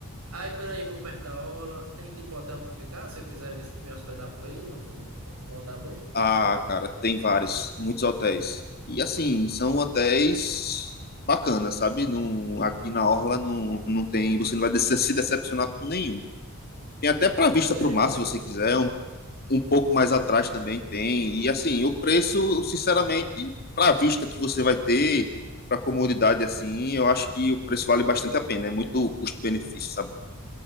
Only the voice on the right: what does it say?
Aí, por aí, por perto da aula, tem tipo hotel pra eu ficar, se eu quiser me, me hospedar por aí, não, não, não andar muito?
Uhum.
Tudo
ajeitadinho,
né?